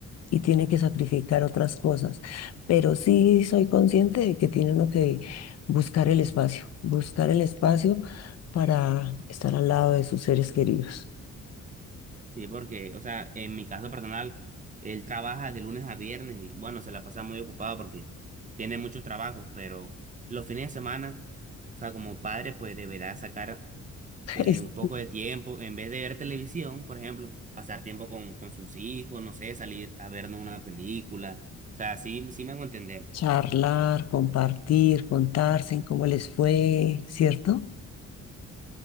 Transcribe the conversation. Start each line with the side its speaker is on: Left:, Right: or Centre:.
Left: y tiene que sacrificar otras cosas. Pero sí soy consciente de que tiene uno que buscar el espacio, buscar el espacio para estar al lado de sus seres queridos.
Right: Sí, porque, o sea, en mi caso personal, él trabaja de lunes a viernes y bueno, se la pasa muy ocupado porque tiene muchos trabajos, pero los fines de semana, o sea, como padre, pues deberá sacar
Left: <laughs>
Right: eh,
Left: Es
Right: un poco de tiempo, en vez de ver televisión, por ejemplo, pasar tiempo con, con sus hijos, no sé, salir a vernos una película. O sea, sí, sí me hago entender.
Left: Charlar, compartir, contarse en cómo les fue, ¿cierto?